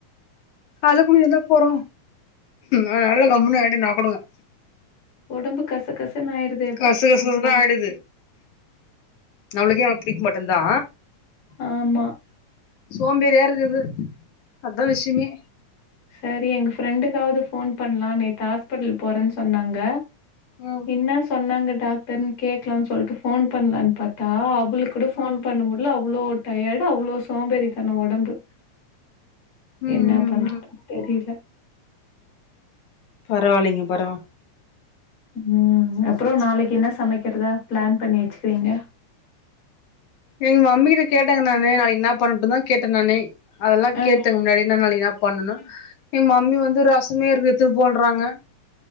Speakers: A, on the left; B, on the left.
A: காலைலில குளிகறதாருந்தா போது அதனால கம்முனு ஆயிட்டு நா குடுங்க
B: ஒடம்பு கச கச னாயிருதே
A: கச கசதா ஆயிடுது நம்ளுக்கே நம்மள புடிக்க மாட்டுனு தா
B: ஆமா
A: சோம்பேறியா இருக்கறது அதா விஷயமே
B: சரி எங்க ஃப்ரெண்டுக்காவது ஃபோன் பண்லா நேத்து ஹாஸ்பிட்டல் போறேன்னு சொன்னாங்க
A: ம்
B: என்ன சொன்னாங்க டாக்டர்னு கேக்கலானு சொல்ட்டு ஃபோன் பண்லான்னு பாத்தா ளுக் கூட ஃபோன்
A: ம்
B: பண்ண முட்ல அவ்ளோ டயர்டு அவ்ளோ சோம்பேறித்தனோ ஒடம்பு
A: ம்
B: என்னாப் பண்றது
A: ம்
B: தெரில
A: பரவால்லைங்க பரோ
B: ம் அப்றோ நாளைக்கி என்ன சமைக்கிறதா பிளான் பண்ணி வச்சுக்கீங்க
A: எங்க மம்மி கிட்ட கேட்டேங்க நானு நாளைக்கி என்னாப் பண்ணட்டுந்தா கேட்டே நானு அதெல்லா
B: ஆ.
A: கேத்ததுக்கு முன்னாடி என்னா வேலயெல்லா பண்ணணு எங்க மம்மி வந்து ரசம்மே இருக்கு எடுத்துனு போன்றாங்க